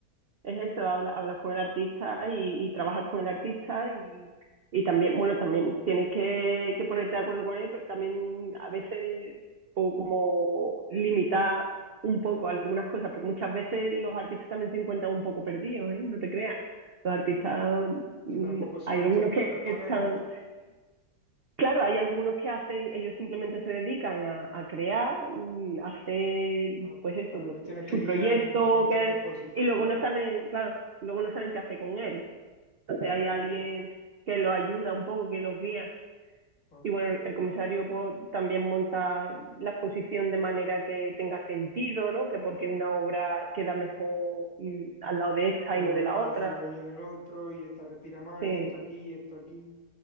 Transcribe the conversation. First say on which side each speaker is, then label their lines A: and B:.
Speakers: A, on the right; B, on the left.
A: es eso, habla, habla con el artista y, y trabaja con el artista y, y también, bueno, también tienes que, que ponerte de acuerdo con él, pero también a veces po- como limitar un poco algunas cosas, porque muchas veces los artistas también se encuentran un poco perdidos, ¿eh? No te creas. Los artistas, mm,
B: que tampoco saben
A: hay algunos
B: qué
A: que
B: exponer,
A: están,
B: dice,
A: Claro, hay algunos que hacen, ellos simplemente se dedican a, a crear, mm, a hacer,
B: Ah, bueno,
A: pues eso,
B: claro,
A: lo-
B: los tienes que
A: su
B: guiar
A: proyecto,
B: en, en
A: que,
B: tonos positivos,
A: y luego
B: claro,
A: no saben, claro, luego no saben qué hacer con él. Entonces
B: claro.
A: hay alguien
B: mm,
A: que lo ayuda un poco, que los guía.
B: ah,
A: Y bueno, el, el
B: mira.
A: comisario pues, también monta la exposición de manera que tenga sentido, ¿no? Que porque una obra queda mejor mm, al lado de esta
B: En
A: y no
B: un
A: de
B: espacio
A: la otra.
B: y en el otro, y esta respira más,
A: Sí,
B: y esta aquí, y esto aquí.